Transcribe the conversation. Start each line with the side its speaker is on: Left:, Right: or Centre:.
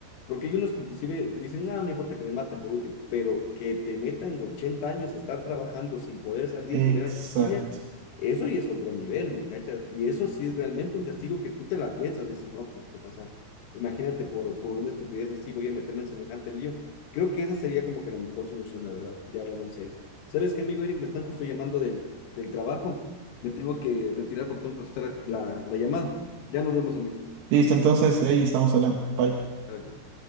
Left: porque hay unos que inclusive dicen, nada, me importa que me maten por último, pero que te metan 80 años a estar trabajando sin poder salir
Right: exacto.
Left: ni ver a tu familia, eso y es otro nivel, ¿me cachas? Y eso sí es realmente un castigo que tú te la piensas, dices, no, pues, pues o sea, imagínate por, por una estupidez así voy a meterme en semejante lío. Creo que esa sería como que la mejor solución, la verdad, ya hablando en serio. ¿Sabes qué, amigo Eric? Me están justo llamando del, del trabajo. Me tengo que retirar porque tengo que contestar la, la llamada. Ya nos vemos, amigo.
Right: Listo, entonces ahí estamos hablando. Bye.
Left: Ok.